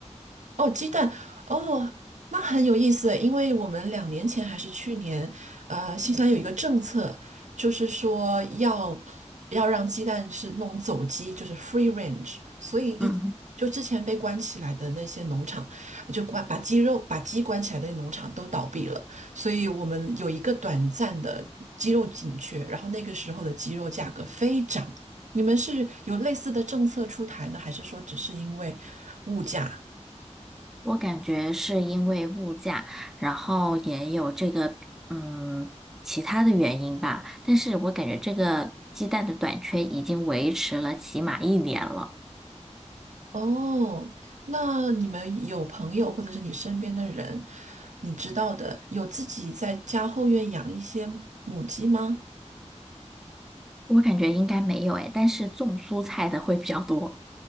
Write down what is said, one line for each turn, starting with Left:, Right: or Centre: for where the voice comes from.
Right: 哦，鸡蛋哦，那很有意思，因为我们两年前还是去年，呃，新西兰有一个政策，就是说要要让鸡蛋是那种走鸡，就是 free range，所以一就之前被关起来的那些农场，
Centre: 嗯
Right: 就关把鸡肉把鸡关起来的农场都倒闭了，所以我们有一个短暂的鸡肉紧缺，然后那个时候的鸡肉价格飞涨。你们是有类似的政策出台呢，还是说只是因为物价？
Centre: 我感觉是因为物价，然后也有这个嗯其他的原因吧，但是我感觉这个鸡蛋的短缺已经维持了起码一年了，
Right: 哦，那你们有朋友或者是你身边的人，你知道的，有自己在家后院养一些母鸡吗？
Centre: 我感觉应该没有诶，但是种蔬菜的会比较多。